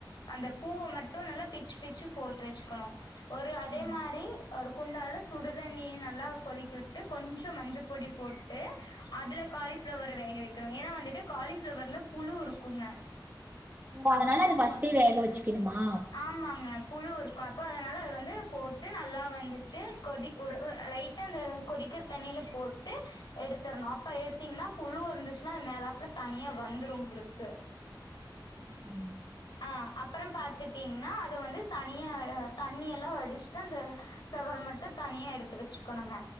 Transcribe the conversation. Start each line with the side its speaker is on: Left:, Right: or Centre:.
Left: அந்த பூவ மட்டூ நல்லா பிச்சி பிச்சி போட்டு வச்சுக்கணோ ஒரு அதே
Right: ம்
Left: மாரி ஒருப் குந்தால சுடுதண்ணிய நல்லா கொதிக்க விட்டு கொஞ்சம் மஞ்சபொடி போட்டு அதுல காலிஃப்ளவர வேக வெக்கணோ ஏனா வந்துட்டு காலிஃப்ளவர்ல புழு இருக்குங்க
Right: ஓ அதனால அது ஃபஸ்டே வேக வச்சு க்கணுமா
Left: ஆமாங்க புழு இருக்கு அப்போ அதனால அது வந்து போட்டு நல்லா வந்துட்டு கொதி ஒரு லைட் டா அந்த கொதிக்கிற தண்ணில போட்டு எடுத்துர்ணூ அப்ப எடுத்தீங்னா புழு இருந்துச்சுனா அது மேலாப்புல தனியா வந்துடூ உங்களுக்கு
Right: ம் ஹூம்
Left: ஆ அப்பறொ பாத்துட்டீங்ன்னா அத வந்து தனிய தண்ணி எல்லா வடிச்சுட்டு அந்த ஃபிளவர் மட்டு தனியா எடுத்து வச்சுக்கணுங்க